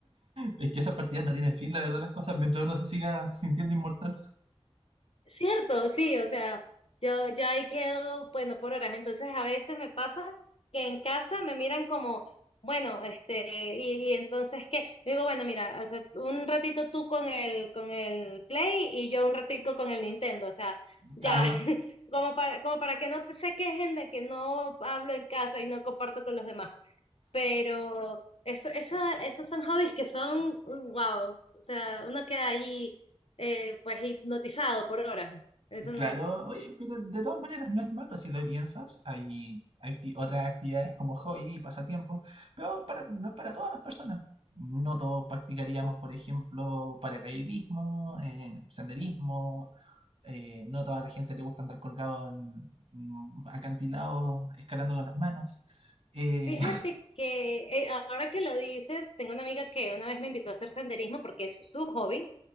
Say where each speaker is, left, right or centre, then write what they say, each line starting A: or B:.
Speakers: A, on the right (about 60°); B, on the left (about 60°).
A: Es que esas partidas no tienen fin, la verdad, las cosas, mientras uno se siga sintiendo inmortal.
B: Cierto, sí, o sea, yo, yo ahí quedo, bueno, por horas. Entonces a veces me pasa que en casa me miran como, bueno, este, y, y entonces que, digo, bueno, mira, o sea, un ratito tú con el, con el Play y yo un ratito con el Nintendo, o sea, ya,
A: Claro.
B: <laughs> como para, como para que no te se quejen de que no hablo en casa y no comparto con los demás. Pero eso, eso, esos son hobbies que son, wow, o sea, uno queda allí eh, pues hipnotizado por horas. Eso
A: Claro,
B: no.
A: oye, pero de todas maneras no es malo si lo piensas. Hay acti- otras actividades como hobby y pasatiempos, pero para, no es para todas las personas. No todos practicaríamos, por ejemplo, paracaidismo, eh, senderismo. eh, no toda la gente le gusta andar colgado en mm, acantilados, escalando con las manos. Eh,
B: Fíjate que eh, ahora que lo dices, tengo una amiga que una vez me invitó a hacer senderismo porque es su hobby